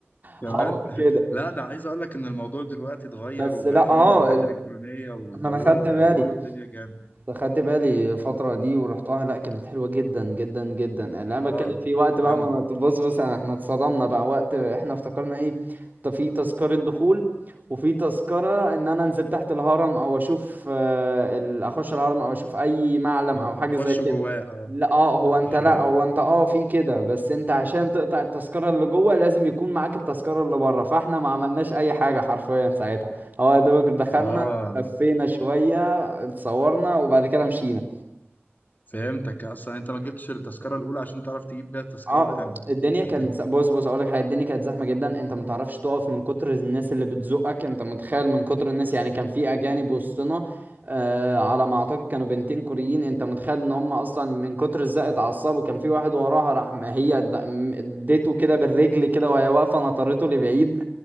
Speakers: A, on the left (about 45°); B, on the right (about 45°).
A: كمان
B: حوار
A: <laughs>
B: كده
A: لا ده عايز اقول لك ان الموضوع دلوقتي اتغير
B: بس
A: وبقى
B: لا
A: فيه
B: اه
A: بوابات
B: ال-
A: الكترونيه وطوروا
B: ما انا خدت
A: وطوروا
B: بالي
A: الدنيا جامد
B: خدت بالي الفترة دي ورحتها لا كانت حلوة جدا جدا جدا اللي انا
A: اه
B: بتكلم فيه وقت بقى
A: جامده
B: ما أنا- بص بص احنا اتصدمنا بقى وقت احنا افتكرنا ايه طب في تذكرة دخول وفي تذكرة ان انا انزل تحت الهرم او اشوف آه، ال- اخش الهرم او اشوف اي معلم او
A: بتخش
B: حاجة زي كده
A: جواه اه
B: لا اه هو
A: بتخش
B: انت لا
A: جواه
B: هو انت اه في كده بس انت عشان تقطع التذكرة اللي جوه لازم يكون معاك التذكرة اللي بره فاحنا ما عملناش اي حاجة حرفيا ساعتها هو يا دوبك دخلنا
A: اه
B: لفينا شوية اتصورنا وبعد كده مشينا
A: فهمتك اصلا انت ما جبتش التذكره الاولى عشان تعرف تجيب بيها التذكره
B: اه
A: التانيه
B: الدنيا
A: <laughs>
B: كانت ز- بص بص اقول لك حاجه الدنيا كانت زحمه جدا انت ما تعرفش تقف من كتر الناس اللي بتزقك انت متخيل من كتر الناس يعني كان في اجانب وسطنا آه على ما اعتقد كانوا بنتين كوريين انت متخيل ان هم اصلا من كتر الزق اتعصبوا كان في واحد وراها راح ما هي د- م- اديته كده بالرجل كده وهي واقفه نطرته لبعيد